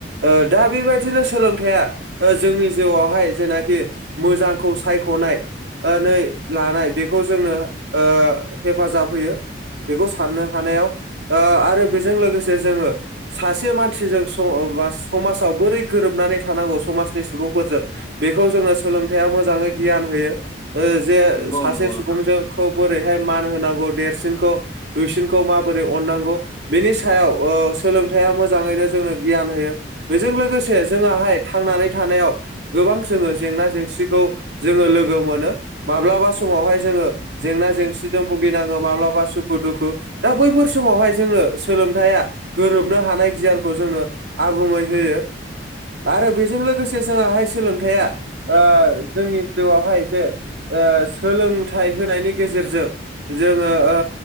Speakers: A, on the right; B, on the left.
A: ओ दा बेबायदिनो सोलोंथाइया ओ जोंनि जिउआवहाय जेनाखि मोजांखौ सायख'नाय नानै लानाय बेखौ जोंनो ओ हेफाजाब होयो बेखौ साननो हानायाव ओ आरो बेजों लोगोसे जोङो सासे मानसिजों स बा समाजाव बोरै गोरोबनानै थानांगौ समाजनि सुबुंफोरजों बेखौ जोङो सोलोंथाइया मोजाङै गियान होयो ओ जे
B: नंगौ
A: सासे
B: नंगौ
A: सुबुंजों
B: नोंथां
A: खौ बोरैहाय मान होनांगौ देरसिनखौ दुइसिनखौ माबोरै अननांगौ बेनि सायाव ओ सोलोंथाइया मोजाङैनो जोंनो गियान होयो। बेजों लोगोसे जोङोहाय थांनानै थानायाव गोबां जोङो जेंना जेंसिखौ जोङो लोगो मोनो माब्लाबा समावहाय जोङो जेंना जेंसिजों बुगिनाङो माब्लाबा सुखु दुखु दा बैफोर समावहाय जोंनो सोलोंथाइया गोरोबनो हानाय गियानखौ जोनो आबुङै होयो आरो बेजों लोगोसे जोङाहाय सोलोंथाइया ओ जोंनि जिउआवहाय जे ओ सोलोंथाइ होनायनि गेजेरजों जोङो ओ